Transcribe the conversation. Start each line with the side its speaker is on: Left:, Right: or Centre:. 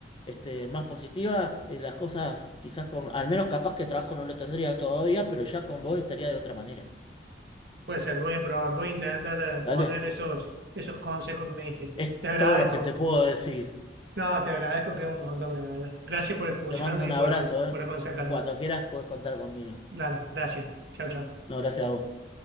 Left: este, más positiva, eh, las cosas, quizás con, al menos capaz que trabajo no lo tendría todavía, pero ya con vos estaría de otra manera.
Right: Puede ser, lo voy a probar, voy a intentar eh,
Left: Dale,
Right: poner esos, esos consejos que me diste.
Left: es
Right: Te agradezco.
Left: todo lo que te puedo decir.
Right: No, te agradezco que es un montón de verdad. Gracias por escucharme
Left: Te mando un
Right: y
Left: abrazo,
Right: por,
Left: ¿eh?
Right: por aconsejarme.
Left: Cuando quieras, podés contar conmigo.
Right: Dale, gracias. Chao, chao.
Left: No, gracias a vos.